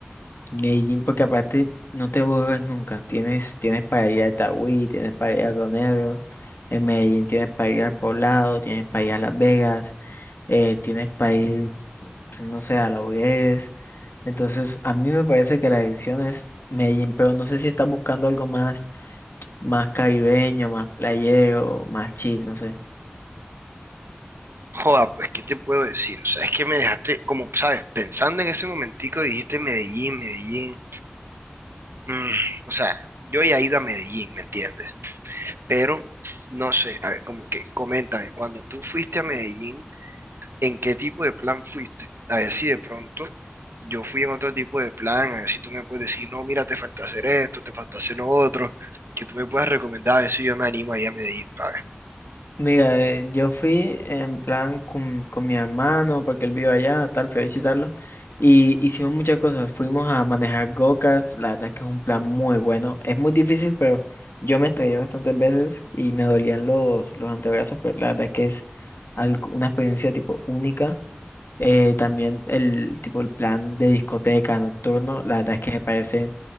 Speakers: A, on the left; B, on the right.
A: Medellín, porque aparte no te aburres nunca. Tienes, tienes para ir a Itagüí, tienes para ir a Río Negro, en Medellín tienes para ir al Poblado, tienes para ir a Las Vegas, eh, tienes para ir, pues, no sé, a Laureles. Entonces, a mí me parece que la dirección es Medellín, pero no sé si estás buscando algo más, más caribeño, más playero, más chill, no sé.
B: Joda, pues, ¿qué te puedo decir? O sea, es que me dejaste, como, ¿sabes? Pensando en ese momentico, dijiste Medellín, Medellín. Mm, o sea, yo ya he ido a Medellín, ¿me entiendes? Pero, no sé, a ver, como que, coméntame, cuando tú fuiste a Medellín, en qué tipo de plan fuiste. A ver si de pronto yo fui en otro tipo de plan, a ver si tú me puedes decir, no, mira, te falta hacer esto, te falta hacer lo otro, que tú me puedas recomendar, a ver si yo me animo a ir a Medellín, pa.
A: Mira, eh, yo fui en plan con, con mi hermano, porque él vive allá, tal, fui a visitarlo, y hicimos muchas cosas. Fuimos a manejar go-karts, la verdad es que es un plan muy bueno. Es muy difícil, pero yo me estrellé bastantes veces y me dolían los, los antebrazos, pero la verdad es que es algo- una experiencia tipo única. Eh, también el tipo el plan de discoteca nocturno, la verdad es que me parece